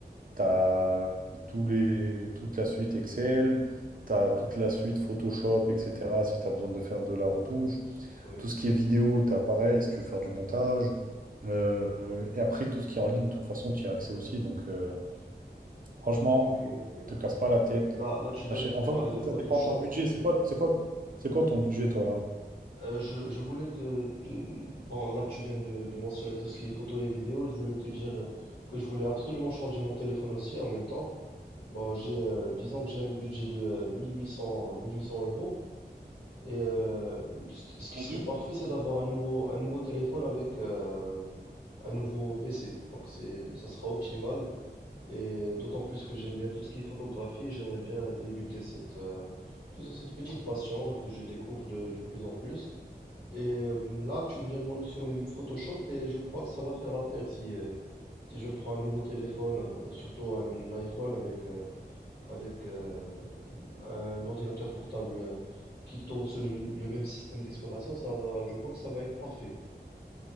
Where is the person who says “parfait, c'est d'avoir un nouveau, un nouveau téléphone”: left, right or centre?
Left